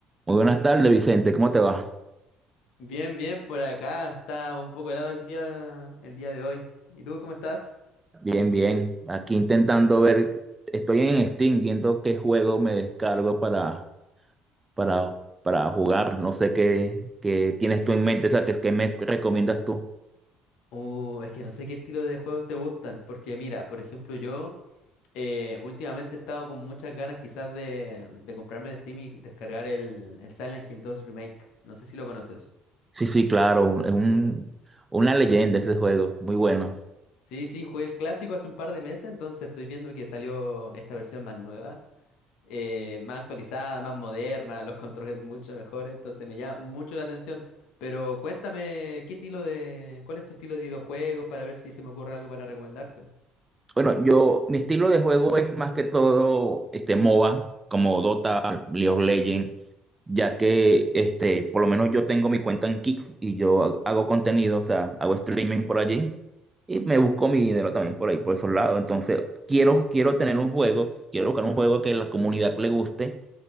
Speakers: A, on the right; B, on the left.
A: Muy buenas tardes, Vicente. ¿Cómo te va?
B: Bien, bien, por acá. Está un poco helado el día, el día de hoy. ¿Y tú cómo estás?
A: Bien, bien. Aquí intentando ver, estoy en Steam viendo qué juego me descargo para, para, para jugar. No sé qué, qué tienes tú en mente, o sea, qué, qué me recomiendas tú.
B: Uh, es que no sé qué estilo de juegos te gustan, porque mira, por ejemplo, yo eh, últimamente he estado con muchas ganas quizás de, de comprarme de Steam y descargar el, el Silent Hill 2 Remake. No sé si lo conoces.
A: Sí, sí, claro. Es un, una leyenda ese juego. Muy bueno.
B: Sí, sí, jugué el clásico hace un par de meses, entonces estoy viendo que salió esta versión más nueva eh, más actualizada, más moderna, los controles mucho mejores, entonces me llama mucho la atención. Pero cuéntame, ¿qué estilo de, cuál es tu estilo de videojuegos para ver si se me ocurre algo para recomendarte?
A: Bueno, yo, mi estilo de juego es más que todo este MOBA, como Dota, League of Legends, ya que este, por lo menos yo tengo mi cuenta en Kick y yo ha- hago contenido, o sea, hago streaming por allí y me busco mi dinero también por ahí, por esos lados. Entonces, quiero, quiero tener un juego, quiero buscar un juego que la comunidad le guste